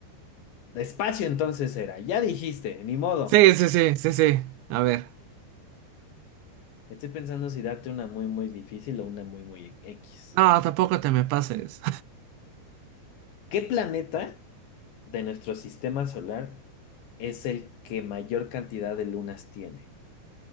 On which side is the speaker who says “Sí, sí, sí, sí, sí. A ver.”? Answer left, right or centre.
Right